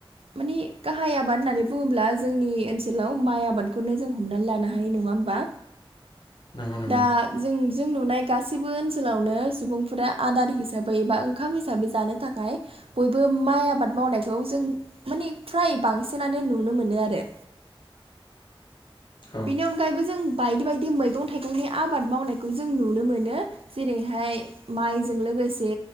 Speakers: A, on the right (about 80°); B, on the left (about 55°).
A: मानि गाहाइ आबाद होननानै बुङोब्ला जोंनि ओनसोलाव माइ आबादखौनो जों हमनानै लानो हायो नङा होमबा
B: नंगौ नंगौ
A: दा जों जों नुनाय गासैबो ओनसोलावनो सुबुंफोरा आदार हिसाबै एबा ओंखाम हिसाबै जानो थाखाय बयबो माइ आबाद मावनायखौ जों मानि फ्राय बांसिनानो नुनो मोनो आरो।
B: औ
A: बेनि अनगायैबो जों बायदि बायदि मैगं थाइगंनि आबाद मावनायखौ जों नुनो मोनो। जेरैहाय माइजों लोगोसे